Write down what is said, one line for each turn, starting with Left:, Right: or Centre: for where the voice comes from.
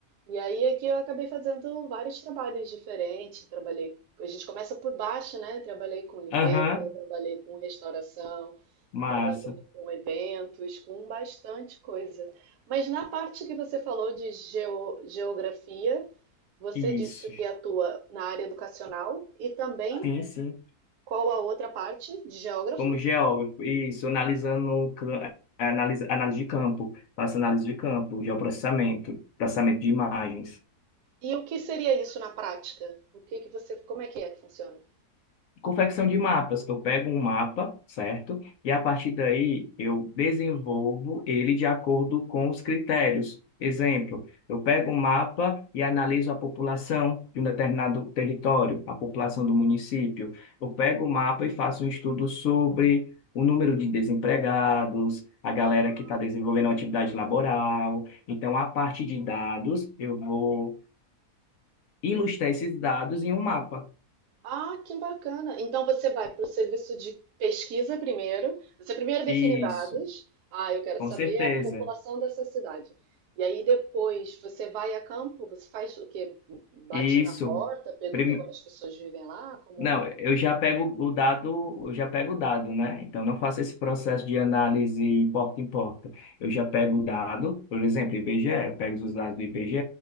Right: E aí aqui eu acabei fazendo vários trabalhos diferentes, trabalhei, a gente começa por baixo, né? Trabalhei com limpeza,
Left: aham,
Right: trabalhei com restauração,
Left: massa.
Right: Trabalhei com eventos, com bastante coisa. Mas na parte que você falou de geo- geografia, você
Left: Isso.
Right: disse que atua na área educacional e também
Left: Sim, sim.
Right: qual a outra parte de geógrafo?
Left: como geógrafo, isso, analisando, cl- analisa, análise de campo, faço análise de campo, geoprocessamento, processamento de imagens.
Right: E o que seria isso na prática? O que que você, como é que é que funciona?
Left: Confecção de mapas. Eu pego um mapa, certo? E a partir daí eu desenvolvo ele de acordo com os critérios. Exemplo, eu pego um mapa e analiso a população de um determinado território, a população do município. Eu pego o mapa e faço um estudo sobre o número de desempregados, a galera
Right: Ah,
Left: que está desenvolvendo atividade laboral. Então, a partir de dados, eu vou ilustrar esses dados em um mapa.
Right: Ah, que bacana. Então você vai para o serviço de pesquisa primeiro. Você primeiro define
Left: Isso,
Right: dados. Ah, eu quero
Left: com
Right: saber
Left: certeza.
Right: a população dessa cidade. E aí depois você vai a campo, você faz o quê? Bate
Left: Isso.
Right: na porta, pergunta
Left: Prime-
Right: quantas pessoas vivem lá, como
Left: Não,
Right: é?
Left: eu já pego o dado, eu já pego o dado, né? Então não faço esse processo de análise em porta em porta. Eu já pego o dado, por exemplo, IBGE, eu pego os dados do IBGE